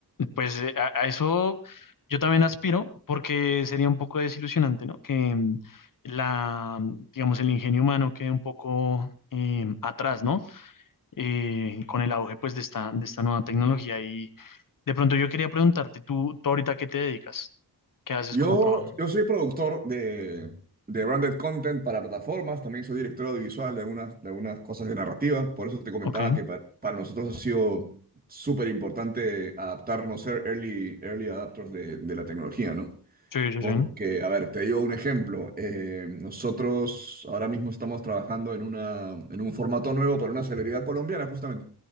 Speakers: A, on the left; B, on the right.
A: Pues eh, a, a eso yo también aspiro, porque sería un poco desilusionante, ¿no? Que mm, la, digamos, el ingenio humano quede un poco eh, atrás, ¿no? Eh, con el auge, pues, de esta, de esta nueva tecnología. Y de pronto yo quería preguntarte, ¿tú, tú ahorita qué te dedicas? ¿Qué haces
B: Yo,
A: como trabajo?
B: yo soy productor de, de branded content para plataformas, también soy director audiovisual de algunas, de algunas cosas de narrativa, por eso te comentaba
A: Ok.
B: que para, para nosotros ha sido súper importante adaptarnos, ser early, early adapters de, de la tecnología, ¿no?
A: Sí, sí,
B: Porque,
A: sí.
B: a ver, te digo un ejemplo, eh, nosotros ahora mismo estamos trabajando en una, en un formato nuevo para una celebridad colombiana, justamente